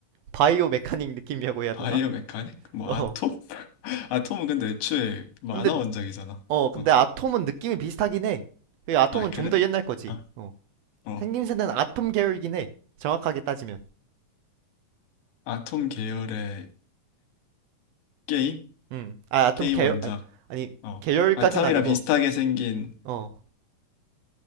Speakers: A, on the right; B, on the left.
A: 바이오 메카닉 느낌이라고 해야
B: 바이오
A: 되나?
B: 메카닉? 뭐
A: 어.
B: 아톰? <laughs> 아톰은 근데 애초에 만화
A: 근데
B: 원작이잖아.
A: 어 근데
B: 어.
A: 아톰은 느낌이 비슷하긴 해. 그 아톰은
B: 아, 그래?
A: 좀 더 옛날 거지.
B: 아,
A: 어.
B: 어.
A: 생김새는 아톰 계열이긴 해. 정확하게 따지면.
B: 아톰 계열의 게임?
A: 음. 아, 아톰
B: 게임
A: 계열
B: 원작.
A: 아니, 아니
B: 어.
A: 계열까진
B: 아탐이랑
A: 아니고
B: 비슷하게 생긴
A: 어.